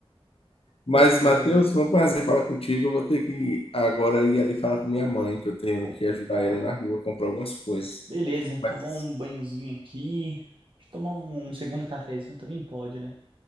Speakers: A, on the left; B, on the right.
A: Mas,
B: Pior que
A: Matheus,
B: é, velho.
A: foi um prazer falar contigo. Eu vou ter que agora ir ali falar com minha mãe, que eu tenho
B: Opa.
A: que ajudar ela na rua, comprar algumas coisas.
B: Beleza,
A: Mas
B: tomar um banhozinho aqui. Deixa eu tomar um um segundo cafezinho também pode, né?